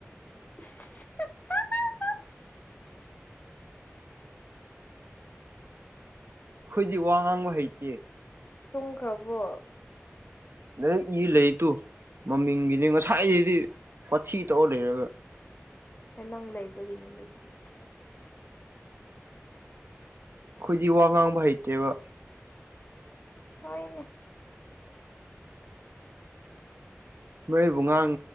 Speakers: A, on the left (about 35°); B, on the right (about 55°).
A: <unintelligible>
B: ꯑꯩꯈꯣꯏꯗꯤ ꯋꯥ ꯉꯥꯡꯕ ꯍꯩꯇꯦ
A: ꯇꯨꯡꯈ꯭ꯔꯕꯣ
B: ꯂꯥꯏꯔꯤꯛ ꯏ ꯂꯩꯇꯨ ꯃꯃꯤꯡꯒꯤꯅꯦ ꯉꯁꯥꯏꯗꯤ ꯋꯥꯊꯤ ꯇꯧꯔ ꯂꯩꯔꯒ
A: ꯍꯣꯏ ꯅꯪ ꯂꯩꯕꯒꯤꯅꯦ ꯑꯗꯨꯕꯨꯗꯤ
B: ꯑꯩꯈꯣꯏꯗꯤ ꯋꯥ ꯉꯥꯡꯕ ꯍꯩꯇꯦꯕ
A: ꯍꯣꯏꯅꯦ
B: ꯃꯣꯏꯕꯨ ꯉꯥꯡ